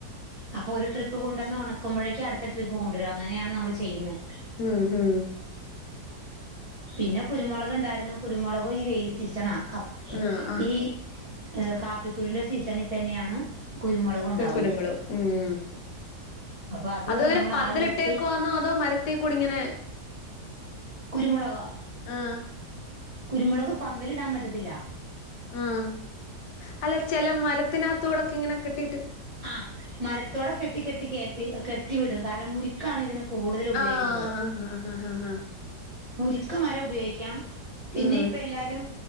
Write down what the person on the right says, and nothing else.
അപ്പൊ ഒരു ട്രിപ്പ് കൊണ്ടുവന്ന് ഉണക്കുമ്പോഴേക്കും അടുത്ത ട്രിപ്പ് കൊണ്ടുവരു അങ്ങനെയാണ് നമ്മൾ ചെയ്യുന്നത്.
പിന്നെ കുരുമുളക് ഉണ്ടായിരുന്നു കുരുമുളക്, അപ്പൊ ഈ വെയിൽ സീസണാ ക
ഈ ഏഹ് കാപ്പിക്കുരുന്റെ സീസണിൽ തന്നെയാണ് കുരുമുളക്. ഉണ്ടാവുന്നത്
അപ്പൊ അത്
നമ്മൾ
ആളെ നിർത്തി
കുരുമുളകോ?
കുരുമുളക് പന്തലിടാൻ പറ്റത്തില്ല.
ആ് മരത്തോടെ കെട്ടി കെട്ടി കയറ്റി കെട്ടി വിടും കാരണം മുരുക്കാണ് ഇതിന് കൂടുതൽ ഉപയോഗിക്കുന്നത്.
മുരുക്ക് മരം ഉപയോഗിക്കാം പിന്നെ
ഇപ്പൊ എല്ലാരും.